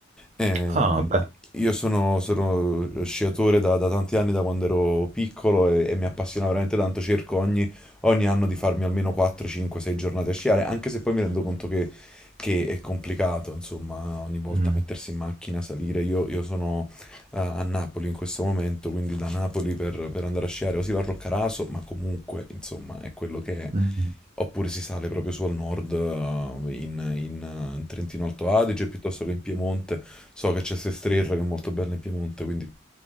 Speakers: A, in the centre; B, on the right.
A: Eh,
B: Ah, beh.
A: io sono, sono sciatore da, da tanti anni, da quando ero piccolo e, e mi appassiona veramente tanto. Cerco ogni, ogni anno di farmi almeno 4, 5, 6 giornate a sciare, anche se poi mi rendo conto che che è complicato, insomma, ogni volta
B: Mh.
A: mettersi in macchina, salire. Io, io sono eh, a Napoli in questo momento, quindi da Napoli per, per andare a sciare o si va a Roccaraso, ma comunque, insomma, è quello che è.
B: Mh, mh.
A: Oppure si sale proprio su al nord, eh, in, in, eh, in Trentino Alto Adige, piuttosto che in Piemonte. So che c'è Sestriere che è molto bella in Piemonte, quindi